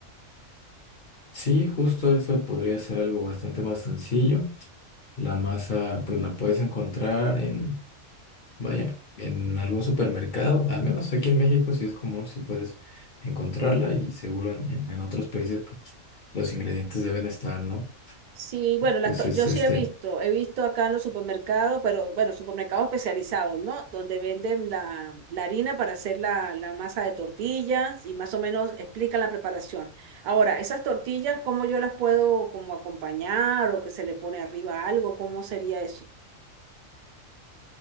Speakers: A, on the left; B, on the right.
A: Sí, justo eso podría ser algo bastante más sencillo. La masa, pues la puedes encontrar en, vaya, en algún supermercado, al menos aquí en México sí es común, si puedes encontrarla y seguro en, en- en otros países, pues los ingredientes deben estar, ¿no?
B: Sí, bueno, las
A: Pues
B: to-
A: es
B: yo sí
A: este,
B: he visto, he visto acá en los supermercados, pero bueno, supermercados especializados, ¿no? Donde venden la, la harina para hacer la, la masa de tortillas y más o menos explican la preparación. Ahora, esas tortillas, ¿cómo yo las puedo como acompañar o que se le pone arriba algo? ¿Cómo sería eso?